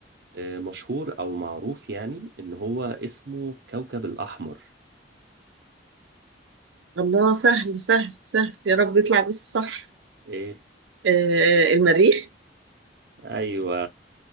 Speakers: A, on the right; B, on the right.
A: آه مشهور او معروف يعني ان هو اسمه كوكب الاحمر
B: الله سهل سهل سهل يا رب يطلع بس صح
A: ايه
B: آه آه، المريخ
A: ايوه